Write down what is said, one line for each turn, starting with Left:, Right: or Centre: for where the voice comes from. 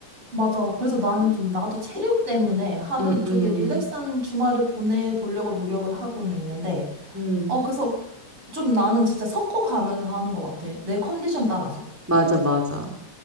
Right: 맞아. 그래서 나는
Centre: 음,
Right: 좀, 나도 체력 때문에 하루
Centre: 음,
Right: 쪽에
Centre: 음,
Right: 릴렉스한 주말을 보내보려고 노력을 하고는 있는데,
Centre: 음.
Right: 어, 그래서 좀 나는 진짜 섞어가면서 하는 것 같아. 내 컨디션 따라서.
Centre: 맞아, 맞아.